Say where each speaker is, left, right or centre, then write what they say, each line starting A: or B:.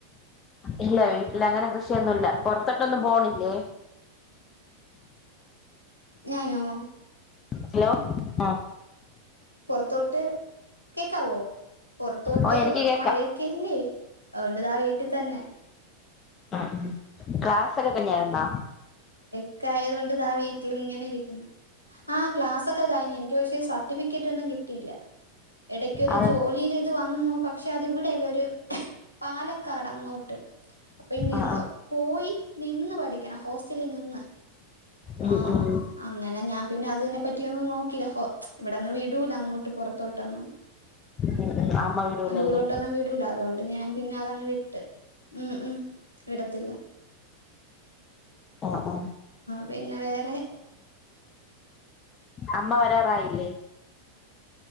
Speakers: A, on the left (about 25°); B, on the left (about 85°).
A: ഇല്ല വീട്ടിലങ്ങനെ കൃഷിയൊന്നുല്ല പൊറത്തോട്ടൊന്നും പോണില്ലേ?
B: ഞാനോ
A: ഹലോ ആ
B: പുറത്തോട്ട് കേക്കാവോ പുറത്തോട്ട്
A: ഓ എനിക്ക് കേക്കാം
B: മഴയൊക്കെല്ലേ അതൊണ്ടതാ വീട്ടിൽ തന്നെ
A: ആ ക്ലാസ് ഒക്കെ കഴിഞ്ഞായിരുന്നൊ?
B: ക്കെ ആയത് കൊണ്ട് ഇതാ വീട്ടിലിങ്ങനെ ഇരിക്കണു ആ ക്ലാസ്സൊക്കെ കഴിഞ്ഞു എനിക്ക് പക്ഷെ സർട്ടിഫിക്കറ്റൊന്നും കിട്ടിയില്ല എടക്ക് ഒരു
A: അതെ
B: ജോലിയിടെ ഇത് വന്നു പക്ഷെ അത് ഇവിടെയല്ല ഒരു പാല ക്കാടങ്ങോട്ട് അപ്പൊ ന്ന്
A: ആഹ് ആഹ്
B: പോയി നിന്ന് പഠിക്കണ ഹോസ്റ്റലിൽ നിന്ന്
A: ഉം
B: ആ
A: ഉം
B: അങ്ങനെ ഞാൻ പിന്നെ അതിനതിനെപ്പറ്റിയൊന്നും നോക്കില്ല ഹോ ഇവിടെന്നും വിടൂല അങ്ങോട്ട് പൊറത്തോട്ടൊന്നും
A: ഉം ഉം അമ്മ വിടൂലല്ലേ
B: ദൂരോട്ടൊന്നും വിടൂല അതോണ്ട് ഞാൻ പിന്നെ അതങ്ങ് വിട്ട് ഉം ഉം വിടത്തില്ല
A: ആ ആ
B: പിന്നെ വേറെ
A: അമ്മ വരാറായില്ലേ?